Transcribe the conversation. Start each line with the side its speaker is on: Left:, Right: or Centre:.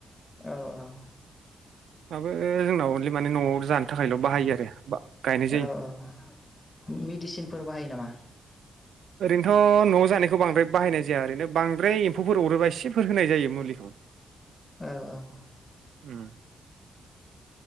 Left: औ औ।
Right: माबो जोंनाव अनलि माने न'आव जानो थाखायल' बाहायो आरो बा गायनाय जायो
Left: औ औ मेडिसिन फोर बाहायो नामा
Right: ओरैनोथ' न'आव जानायखौ बांद्राय बाहायनाय जाया ओरैनो बांद्राय एम्फौफोर अरोबा इसेफोर होनाय जायो मुलिखौ।
Left: औ औ
Right: उम।